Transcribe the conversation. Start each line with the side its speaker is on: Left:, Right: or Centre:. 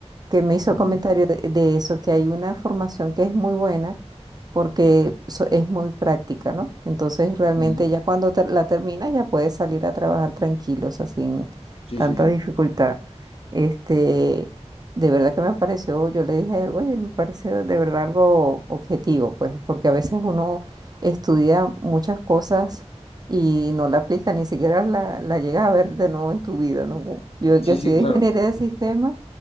Right: que me hizo
Left: Ujú,
Right: el comentario de, de eso, que hay una formación que es muy buena, porque so- es muy práctica, ¿no? Entonces realmente
Left: ujú.
Right: ya cuando ter- la termina ya puedes salir a trabajar tranquilo, o sea, sin
Left: Sí,
Right: tanta
Left: sí, sí.
Right: dificultad. Este, de verdad que me pareció, yo le dije, a él, oye, me pareció de verdad algo objetivo, pues, porque a veces uno estudia muchas cosas y no la aplica, ni siquiera la, la llega a ver de nuevo en tu vida, ¿no? Yo, yo
Left: Sí,
Right: estudié
Left: sí, claro.
Right: ingeniería de sistemas